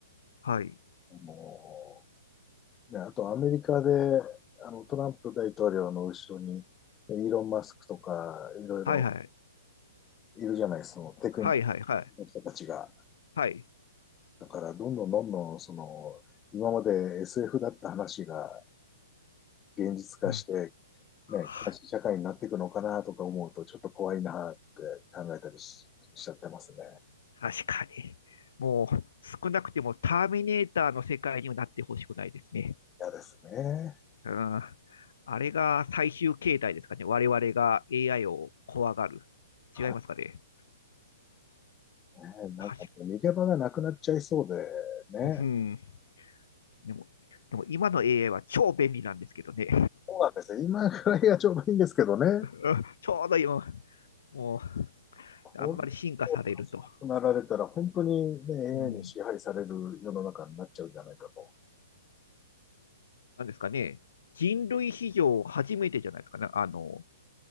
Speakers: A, on the left; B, on the left.
A: はい。
B: もうね、あとアメリカであのトランプ大統領の後ろに、ねイーロン・マスクとか、いろいろ
A: はい、はい。
B: いるじゃないですか、そのテクニッ
A: はい、はい、はい。
B: クの人たちが。
A: はい。
B: だから、どんどんどんどん、その、今まで SF だった話が現実化して、
A: うん。はあ
B: ね、正しい社会になっていくのかなとか思うと、ちょっと怖いなって考えたりししちゃってますね。
A: 確かに。もう、少なくてもターミネーターの世界にはなってほしくないですね。
B: 嫌ですね。
A: うん。あれが最終形態ですかね。我々が AI を怖がる。
B: はい
A: 違いますかね。
B: ねなんか逃げ場がなくなっちゃいそうで
A: 確か、
B: ね。
A: うん。でも、でも今の AI は超便利なんですけどね。
B: そうなんですよ。今ぐらいがちょうどいいんですけどね。
A: <laughs> ちょうど今、もう、
B: 本当に賢くなられたら、
A: あんまり進化されると。
B: 本当に、ね、AI
A: うん。
B: に支配される世の中になっちゃうんじゃないかと。
A: なんですかね。人類史上初めてじゃないですかね。あの、